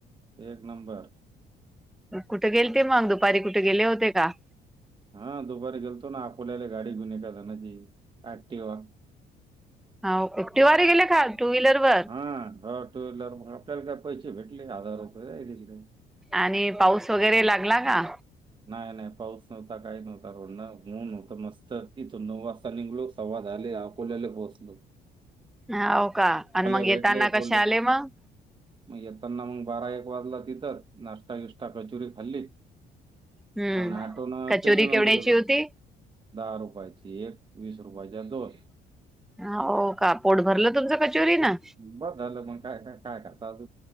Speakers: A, on the right (about 30°); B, in the centre.
A: एक नंबर.
B: कुठे गेल ते मग दुपारी कुठे गेले होते का?
A: हा दुपारी गेलतो ना अकोल्याले गाडी गुणे कादाना ती. ॲकटीवा
B: हाव एकटीवारी गेले का टू व्हीलर वर
A: हा हट <unintelligible> टू व्हीलर म आपल्याला काय पैशे भेटले हजार रुपय. <unintelligible>
B: आणि पाऊस वगैरे लागला का?
A: नाही नाही पाऊस नव्हता काही नव्हता रोंडन ऊन होत मस्त त इथून नऊ वाजता निघलो सव्वा दाहाले अकोल्याले पोहचलो.
B: हो का आणि मग
A: भेटले,
B: येताना
A: पोलीस
B: कसे आले मग?
A: मग येताना मग बारा एक वाजला तिथंच नाश्ता बिष्टा कचुरी खाल्ली
B: हम्म
A: आणि आटोन
B: कचोरी
A: स्टेशन
B: केवढ्याची
A: वर गेलो.
B: होती?
A: दहा रुपयाची एक वीस रुपयाच्या दोन.
B: हो का पोट भरलं तुमचं कचोरी न?
A: बर झालं मग काय काय काय करत आज